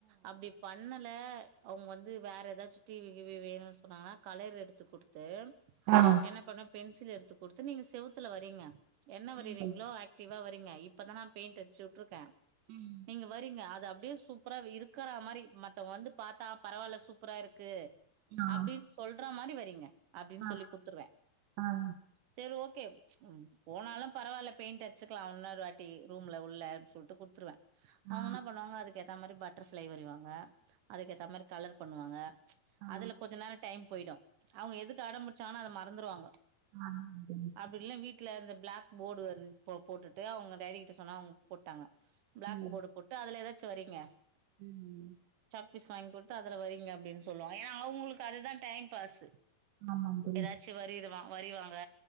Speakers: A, on the right; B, on the right.
A: அப்டி பண்ண இல்லே அவங்க வந்து வேற ஏதாச்சு டிவி கிவி வேணுன்னு சொன்னாங்கனா கலர் எடுத்து குடுத்து
B: ஆ ஆ
A: என்ன பண்ண பென்சில் எடுத்து குடுத்து நீங்க செவுத் த்துல வரைங்க என்ன வரிறீங்களோ
B: ம்
A: அக்டிவா வரி ங இப்பதா நா பெயிண்ட் அடிச்சு வுட்ருக்க
B: ம்
A: நீங்க வரீங்க அ அது அப்டியே சூப்பரா இருக்கற மாரி மத்தவங்க வந்து பாத்தா பரவால்ல சூப்பரா இருக்கு
B: ஆ
A: அப்டின் சொல்ற மாரி வரீங்க அப்டின்
B: ஆ
A: சொல்லி குத்துருவ
B: ஆ
A: சரி ஓக் கேம் ப்ச் ம் போனாலு பரவால்ல பெயிண்ட் அட்ச்சுக்கலா இன்னொரு வாட்டி ரூம்ல உள்ள சொல்ட்டு குட்த்துருவ அவுங்க
B: ஆ
A: என்ன பண்ணுவாங்க அதுக்கேத் த மாரி பட்டர்ஃப்ளை வரைவாங்க அதுக்கேத்த மாரி கலர் பண் பண்ணுவாங்க
B: ஆ ஆ
A: அதுல கொஞ்ச நேரோ டைம் போயிடு அவுங்க எதுக்கு அடம்பு டிச்சானா அத ம மறந்துருவாங்க
B: ஆ <unintelligible>
A: அப்டி வீட்ல அந்த பிளாக் போடு வந்து போட்டுட்டு அவுங்க டாடி கிட்ட சொன்ன அவங்க போட்டாங்க பிளாக்
B: ம்
A: போர்டு போட்டு அதுல ஏதாச்சு சு வரீங்க
B: ம்
A: பீஸ் வாங்கி குடுத்து அதுல வரீங்க அப்டின் சொல்லுவாங்க ஏனா அவுங்களுக்கு அதுதா டைம் பாஸ்
B: ஆமாங் தோழி
A: ஏதாச்சு வரயிருவா வரிவாங்க